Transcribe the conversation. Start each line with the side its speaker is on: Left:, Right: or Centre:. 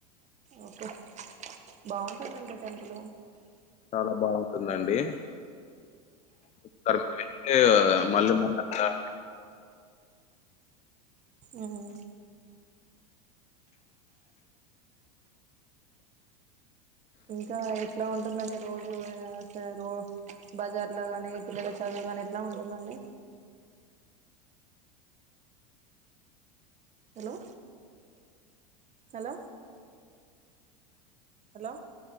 Right: ఓకే బాగుంటుందంట టెంపులు
Left: చాల బాగుంటుందండి <unintelligible> మళ్ళీ మళ
Right: ఉమ్ ఇంకా ఎట్లా ఉంటుందండి రోజు ఆ స రో బజార్ ల గాని పిల్లల చదువు గాని ఎట్లా ఉంటుందండి hello hello hello